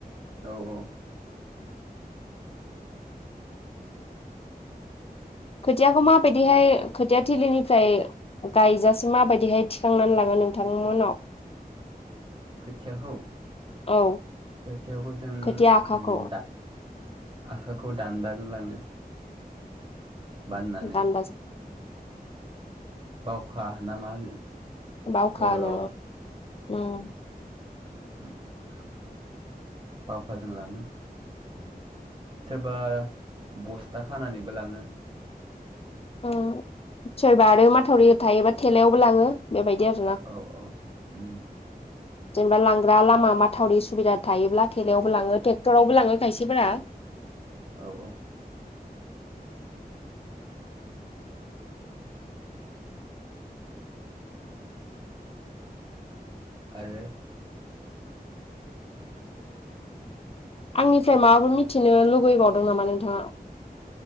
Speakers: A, on the right; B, on the left.
A: औ औ
B: खोथियाखौ माबायदिहाय खोथिया थिलिनिफ्राय गायजासिम माबायदिहाय थिखांनानै लाङो। नोंथां मोननाव
A: <inaudible> खोथियाखौ
B: औ
A: खोथियाखौ जों
B: खोथिया आखाखौ
A: दा आखोखौ दान्दाजों लाङो। बाननानै
B: दान्दाजों
A: बावखा ना मा होनो?
B: बाउखा
A: बर'आव
B: हैनो उम।
A: <inaudible> बावखाजों लाङो। सोरबा बस्था खानानैबो लाङो।
B: ओ सोरबा आरो माथावरि थायोबा थेलायावबो लाङो बेबायदि आरोना।
A: औ औ उम
B: जेनेबा लांग्रा लामा माथावरि सुबिदा थायोब्ला थेलायावबो लाङो। ट्रेक्टरावबो लाङो खायसेफोरा।
A: औ औ आरो
B: आंनिफ्राय माबाफोर मिथिनो लुगैबावदों नामा नोंथाङा?